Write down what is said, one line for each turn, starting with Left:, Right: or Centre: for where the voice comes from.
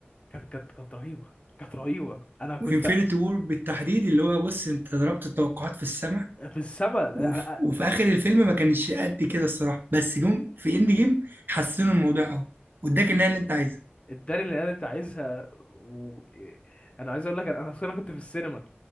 Left: كانت كانت كانت رهيبه كانت رهيبه انا كنت
Right: وانفينيتي وور بالتحديد اللي هو بص انت ضربت التوقعات في السماء
Left: في السما انا
Right: وف... وفي اخر الفيلم ما كانش قد كده الصراحه بس جم في اند جيم حسنوا الموضوع قوي واداك النهايه اللي انت عايزها
Left: اداني اللي انا انت عايزها و... إيه، انا عايز اقول لك انا انا أصلاً كنت في السينما